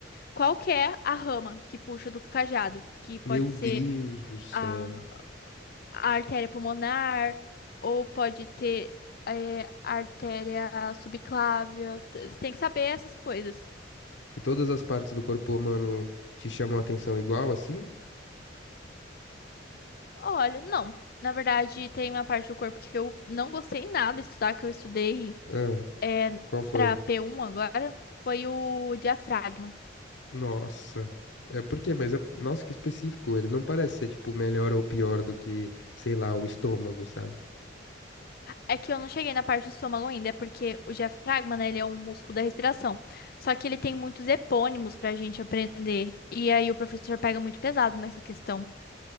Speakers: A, on the left (about 55°); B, on the left (about 75°).
A: Qual que é a rama que puxa do cajado? Que pode
B: Meu
A: ser
B: Deus do céu.
A: a a artéria pulmonar, ou pode ter é, artéria subclávia. T- Você tem que saber essas coisas.
B: E todas as partes do corpo humano te chamam a atenção igual assim?
A: Olha, não. Na verdade, tem uma parte do corpo que eu não gostei nada de estudar, que eu estudei
B: Ah,
A: é,
B: qual foi?
A: para P1 agora, foi o diafragma.
B: Nossa. É por quê? Mas é- nossa, que específico. Ele não parece ser tipo melhor ou pior do que, sei lá, o estômago, sabe?
A: É que eu não cheguei na parte do estômago ainda, é porque o diafragma, né, ele é um músculo da respiração. Só que ele tem muitos epônimos pra gente aprender. E aí o professor pega muito pesado nessa questão.